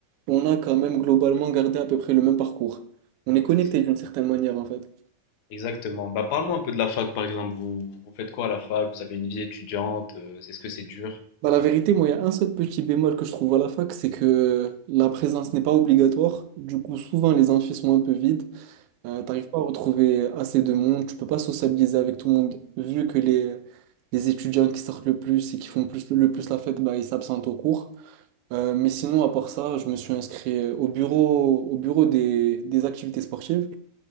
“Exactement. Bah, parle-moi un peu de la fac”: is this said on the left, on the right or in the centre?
Left